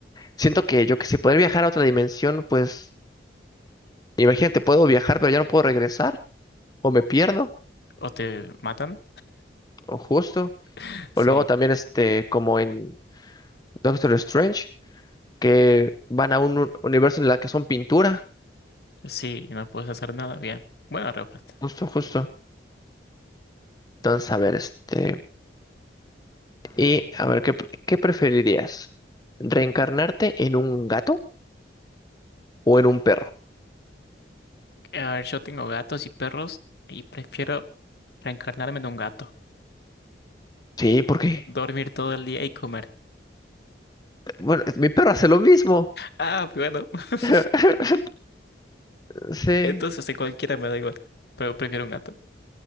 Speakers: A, on the left; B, on the left.
A: Siento que yo que si poder viajar a otra dimensión, pues imagínate, puedo viajar, pero ya no puedo regresar, o me pierdo,
B: o te matan.
A: o justo,
B: <laughs> Sí,
A: o luego también este, como en Doctor Strange, que van a un un- universo en la que son pintura,
B: sí, y no puedes hacer nada. Bien, buena respuesta.
A: justo, justo. Entonces, a ver, este, y a ver, ¿qué, qué preferirías? ¿Reencarnarte en un gato o en un perro?
B: A ver, yo tengo gatos y perros y prefiero reencarnarme en un gato,
A: Sí, porque,
B: dormir todo el día y comer.
A: bueno, mi perro hace lo mismo.
B: Ah, bueno, <laughs>
A: <laughs> Sí.
B: entonces en cualquiera me da igual, pero prefiero un gato.